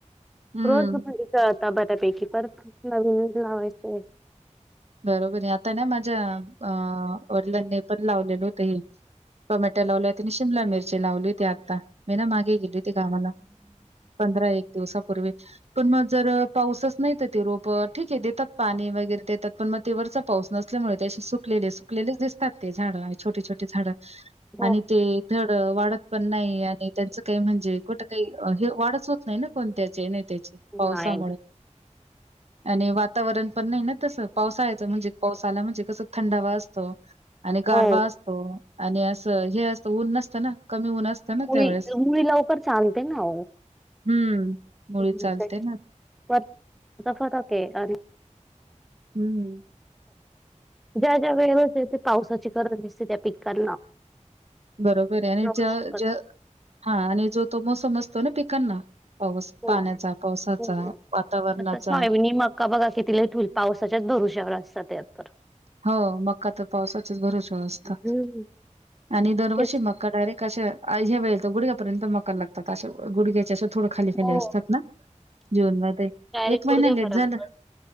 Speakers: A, on the right (about 55°); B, in the centre.
A: हम्म
B: रोज त बऱ्यापैकी पर फ नवी लावायचे
A: बरोबर आहे आता ना माझ्या अं वडिलांनी पण लावलेलं होत हे टोमॅटो लावला हो आणि शिमला मिरची लावली होती आता मी ना मागे गेली ती कामाला पंधरा एक दिवसापूर्वी पण मग जर पाऊसच नाही तर ते रोप ठीक आहे देतात पाणी वगैरे देतात पण मग ते वरचा पाऊस नसल्यामुळे तेे असे सुकलेले सुकलेले दिसतात ते झाडं छोटी छोटे झाडं
B: ह
A: आणि ते धड वाढत पण नाही आणि त्यांचं काही म्हणजे कुठं काही हे वाढच होत नाही ना कोणत्याचे आहे नाही त्याची पावसामुळे
B: नाही
A: आणि वातावरण पण नाही ना तसं पावसाळ्याचं म्हणजे पाऊस आला म्हणजे कसं थंडावा असतो आणि गारवा
B: हो
A: असतो आणि असं हे असतं ऊन नसतं ना कमी ऊन असतं ना
B: मुळी
A: त्यावेेळेस.
B: मुळी लवकर चालते ना
A: हम्म
B: ह्
A: मुळी चालते
B: दक
A: ना
B: अ <unintelligible>
A: हम्म हम्
B: ज्या ज्या वेळेवर पावसाची गरज दिसते त्या पिकांना
A: बरोबर आहे आणि
B: आवश्यकच
A: ज्या ज्या हा आणि जो तो मोसम असतो ना पिकांना पाऊस
B: हो
A: पाण्याचा पावसाचा
B: हो
A: वातावरणाचा
B: आता सोयाबीन मका बघा किती लेट पावसाच्याच भरश्यावर असतातत
A: हो मका तर पावसाचेच भरोशावर असतात
B: हम्म.
A: आणि दरवर्षी
B: तेच
A: मक्का डायरेक्ट अशा ह्यावेळेपर्यंत गुडघ्यापर्यंत मका लागतो असं गुडघ्याचे असं थोड खाली खाली
B: हो
A: असतात ना जून मध्ये
B: डायरेक्ट
A: एक महिना
B: गुडघ्यापर्यंत
A: लेट झाला